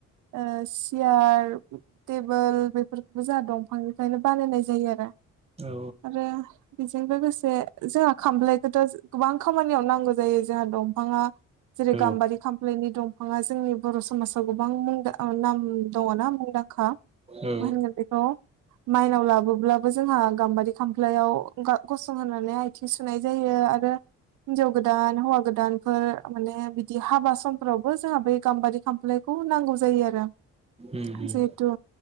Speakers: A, on the right; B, on the right.
A: ओ सियार, टेबोल बेफोरखौबो जाहा दंफांनिफ्रायनो बानायनाय जायो आरो आरो
B: औ
A: बेजों लोगोसे जोहा खामफ्लायखौथ' गोबां खामानियाव नांगौ जायो जोंहा दं फाङा जेरै-
B: औ
A: गाम्बारि खामफ्लायनि दंफाङा जोंनि बर' समाज आव गोबां मुंदां ओ नाम दङना मुंदांखा।
B: औ
A: मा होनगोन बेखौ माइनाव लाबोब्लाबो जोंहा गाम्बारि खामफ्लायाव गा- गसं होनानै आथिं सुनाय जायो आरो हिनजाव गोदान हौवा गोदानफोर माने बिदि हाबा समफ्रावबो जोंहा बै गाम्बारि खामफ्लायखौ नांगौ जायो आरो।
B: उम उम
A: जिहेथु